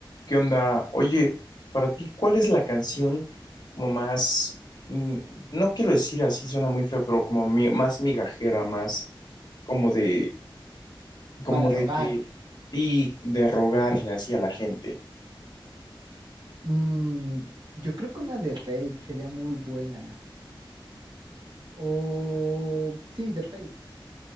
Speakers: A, on the left (about 55°); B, on the right (about 60°).
A: ¿Qué onda? Oye, para ti, ¿cuál es la canción como más, mm, no quiero decir así, suena muy feo, pero como mi- más migajera, más como de, como
B: Para rogar.
A: de que, sí, de rogarle así a la gente?
B: Mm, yo creo que una de Rake sería muy buena. O sí, de Rake.